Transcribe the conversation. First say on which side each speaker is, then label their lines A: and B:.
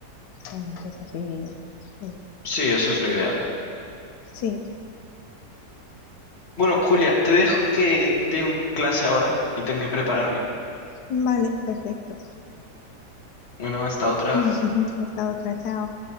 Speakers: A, on the left; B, on the left.
A: eh, cosas así. Sí.
B: Sí, eso es lo ideal.
A: Sí.
B: Bueno, Julia, te dejo que tengo clase ahora y tengo que prepararme.
A: Vale, perfecto.
B: Bueno, hasta otra.
A: <laughs> Hasta otra, chao.